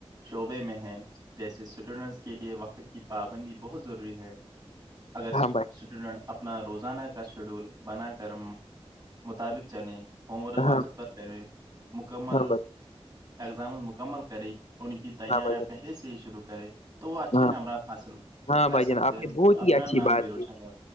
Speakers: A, on the right; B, on the left.
A: شعبے میں ہیں جیسے اسٹوڈنٹس کے لیے وقت کی پابندی بہت ضروری ہے اگر
B: نے۔ ہاں بھائی
A: اسٹوڈنٹ اپنا روزانہ شیڈول بنا کر مطابق چلیں ہووم ورک
B: ہاں
A: وقت پر کریں مکمل
B: ہاں بھائی
A: اگزامز مکمل کرے ان کی تیاریاں
B: ہاں بھائی جان
A: پہلے سے ہی شروع کرے تو وہ اچھے
B: ہاں
A: نمبرات حاصل
B: ہاں
A: کر
B: بھائی
A: سکتے
B: جان آپ
A: ہیں
B: نے بہت
A: اور اپنا
B: ہی اچھی
A: نام
B: بات
A: بھی روشن
B: کی
A: کر